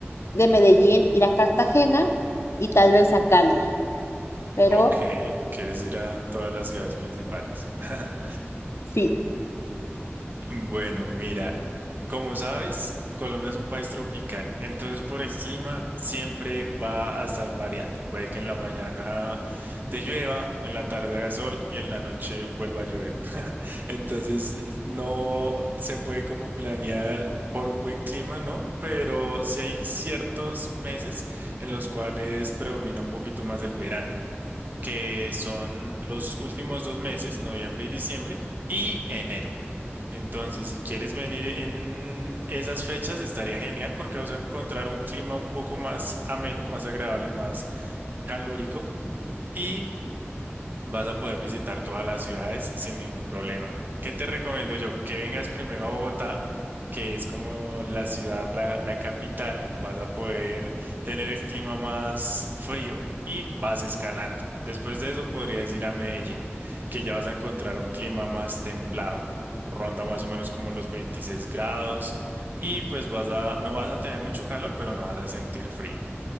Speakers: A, on the left; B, on the right.
A: de Medellín ir a Cartagena y tal vez a Cali. Pero
B: Ok, quieres ir a todas las ciudades principales. <laughs>
A: sí,
B: Bueno, mira, como sabes, Colombia es un país tropical, entonces por el clima siempre va a estar variando. Puede que en la mañana te llueva, en la tarde haga sol y en la noche vuelva a llover. <laughs> Entonces no se puede como planear por un buen clima, ¿no? Pero sí hay ciertos meses en los cuales predomina un poquito más el verano que son los últimos dos meses, noviembre y diciembre, y enero. Entonces, si quieres venir en esas fechas, estaría genial porque vas a encontrar un clima un poco más ameno, más agradable, más calórico. y Vas a poder visitar todas las ciudades sin ningún problema. ¿Qué te recomiendo yo? Que vengas primero a Bogotá, que es como la ciudad, la, la capital. Vas a poder tener el clima más frío y vas escalando. Después de eso podrías ir a Medellín, que ya vas a encontrar un clima más templado. Ronda más o menos como los 26 grados y pues vas a, no vas a tener mucho calor, pero no vas a sentir frío.